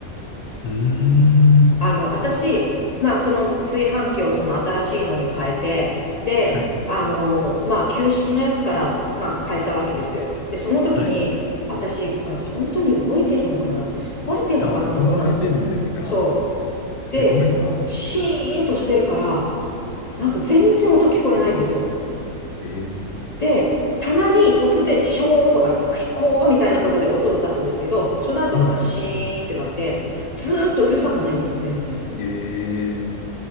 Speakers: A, on the left (about 85°); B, on the left (about 60°).
A: うーん。
B: あの、私、まあ、その炊飯器をその新しいのに変えて、で、
A: はい。
B: あの、まあ、旧式のやつから、まあ、変えたわけですよ。で、その時に、
A: はい。
B: 私、これ本当に動いてるのかな私、壊れてんのかなと思ったんですよ。
A: あ、そのレベルですか。
B: そう。
A: すごいな。
B: で、シーンとしてるから、なんか全然音聞こえないんですよ。
A: え、
B: で、たまに突然、ショーとか、聞こうみたいなことで音を出すんですけど、その後またシーンってなって、
A: はいはいはい。
B: ずーっとうるさくないんです、全然。
A: ええ。